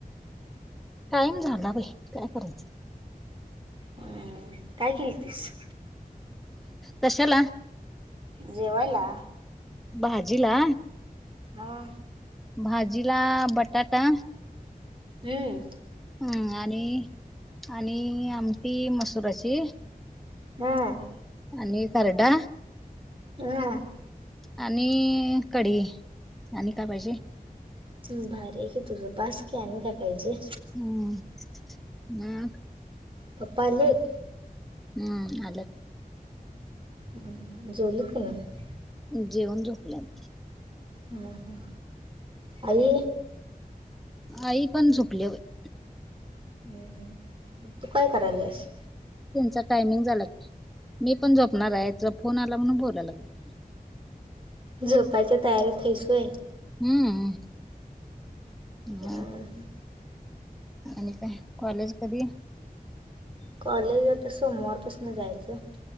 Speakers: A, in the centre; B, on the right (about 35°).
A: टाईम झाला बाई काय करायचं
B: हम्म काय केलतीस?
A: कशाला?
B: जेवायला.
A: भाजीला?
B: हा!
A: भाजीला बटाटा
B: हम्म!
A: हम्म आणि आणि आमटी मसुराची
B: ह!
A: आणि खरडा.
B: <unintelligible>
A: आणि कढी आणि काय पाहिजे?
B: सुन भारी आहे की तुझं बास की आणि काय पाहिजे?
A: हम्म ह!
B: पप्पा आलेत.
A: हम्म आल्यात.
B: हम्म जेवलीत का नाहीत?
A: जेवून झोपल्यात
B: ह ह, आई?
A: आई पण झोपल्या बाई.
B: हम्म हम्म,, तु काय कराल्यास.
A: तेंचा टायमिंग झाला की मी पण झोपणार हाय तुझा फोन आला म्हणून बोलाय लागलोय.
B: झोपायच्या तयारीत हायस व्हय?
A: हम्म! मग
B: अ हम्म!
A: आणि काय कॉलेज कधी?
B: कॉलेज आता सोमवार पसन जायचं.